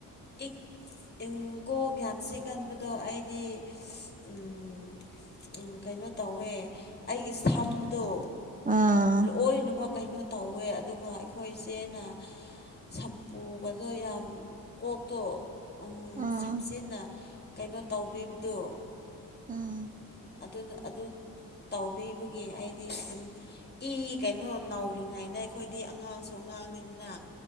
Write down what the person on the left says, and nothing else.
ꯏꯛ ꯏꯪ ꯀꯣꯛ ꯌꯥꯝ ꯆꯤꯛꯀꯟꯕꯗꯣ ꯑꯩꯗꯤ ꯎꯝ ꯎꯝ ꯀꯩꯅꯣ ꯇꯧꯋꯦ ꯑꯩꯒꯤ ꯁꯝꯗꯣ
ꯂꯣꯏꯅꯃꯛ ꯀꯩꯅꯣ ꯇꯧꯋꯦ ꯑꯗꯨꯒ ꯑꯩꯈꯣꯏ ꯆꯦꯅ ꯁꯝꯄꯨꯒꯗꯣ ꯌꯥꯝ ꯀꯣꯛꯇꯣ ꯎꯝ
ꯁꯝꯆꯦꯠꯅ ꯀꯩꯅꯣ ꯇꯧꯕꯤꯕꯗꯣ
ꯑꯗꯨꯅ ꯑꯗꯨ ꯇꯧꯕꯤꯕꯒꯤ ꯑꯩꯗꯤ ꯁꯨꯝ ꯏ ꯀꯩꯅꯣ ꯅꯧꯔꯤꯉꯩꯗ ꯑꯩꯈꯣꯏꯗꯤ ꯑꯉꯥꯡꯁꯨ ꯑꯉꯥꯡꯅꯤꯗꯅ